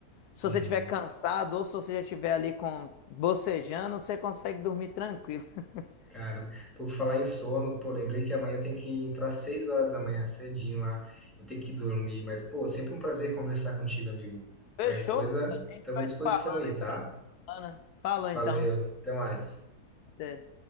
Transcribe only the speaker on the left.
Se
você estiver cansado ou se você já estiver ali com bocejando, você consegue dormir tranquilo. <laughs>
Fechou?
A gente
vai
se falando
aí
durante a semana. Falou então.
Até.